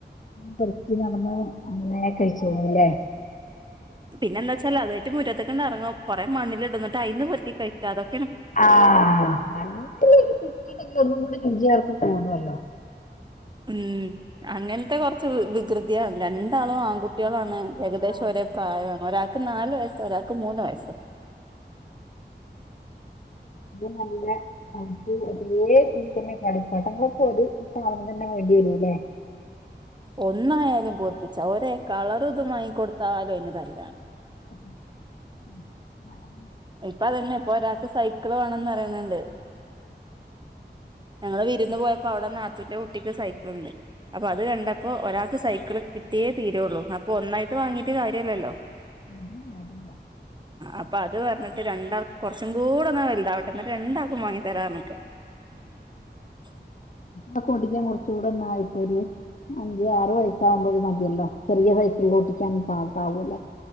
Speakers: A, on the left; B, on the right.
A: പൊറുക്കി നടന്ന് അങ്ങനെ കഴിച്ചോളൂല്ലേ?
B: പിന്നെ എന്ന വെച്ചാല് അതായിറ്റ് മുറ്റത്തക്കണ്ട് ഇറങ്ങും കുറെ മണ്ണിലിടുംന്നട്ട് അതിന്ന് പെർക്കി കയ്ക്ക അതക്കെ
A: ആ നല്ലെങ്ക ഒന്നും കൂടി വിജയർക്ക് കൂടുല്ലോ
B: ഉം അങ്ങനത്തെ കൊറച്ച് വികൃതിയാണ് രണ്ടാളും ആൺകുട്ടികളാണ് ഏകദേശം
A: ആഹ്
B: ഒരേ പ്രായമാണ് ഒരാൾക്ക് നാലല് വയസ് ഒരാൾക്ക് മൂന്ന് വയസ്സോ
A: അ നല്ലക്ക് ഒരേ തന്നെ കടിപ്പാട്ടങ്ങളൊക്കെ ഒരു സാധനം തന്നെ വേണ്ടി ഉന്നെ
B: ഒന്നായാലും പറപ്പിച്ച ഒര കളറുതുമായിങ്ങ കൊടുത്താലും അന് തല്ലാണ്
A: ആ
B: ഇപ്പൊ അതന്നെ ഇപ്പൊ ഒരാൾക്ക് സൈക്കിൾ വേണംന്ന് അറിയണണ്ട് ഞങ്ങള് വിരുന്ന് പോയപ്പോ അവിടെ നാത്തൂന്റെ കുട്ടിക്ക് സൈക്കിള ഉണ്ട് അപ്പൊ അത് കണ്ടപ്പോ ഒരാൾക്ക് സൈക്കിൾ കിട്ടിയേ തീരള്ളൂ അപ്പൊ ഒന്നായിട്ട് വാങ്ങീട്ട് കാര്യമല്ലല്ലോ
A: അതല്ല അതല്ല <unintelligible>
B: അപ്പൊ അത് പറഞ്ഞിട്ട് രണ്ടാൾക്ക് കുറച്ചും കൂടെന്നാ വലുതാവട്ടെ എന്ന രണ്ടാൾക്കും വാങ്ങി തരാ നക്ക് <unintelligible>
A: ടെ കൊണ്ടിക്കാൻ കുറച്ച കൂടെന്ന ഇപ്പൊ ഒരു അഞ്ച് ആറ് വയസാവുമ്പോഴ മതിയല്ലോ ചെറിയ ലോടിക്കിയാന പ പോല്ല